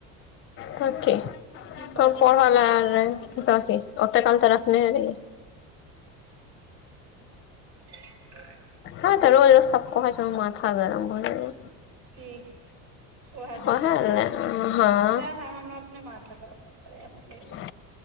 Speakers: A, on the left; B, on the right.
A: तऽ की
B: की कह
A: तब पढ़ल आएह रहे। पता छैय, ओतऽ काल तऽ रखने रहैए।
B: <inaudible>
A: ह तऽ रोज-रोज सब कहै छैय, माथा गरम भए जाइए।
B: की ओएह सब
A: ओहे
B: कहबै
A: नैय
B: ने
A: हां।
B: सएह हमरा अपने माथा गरम भऽ जाइए।
A: <inaudible>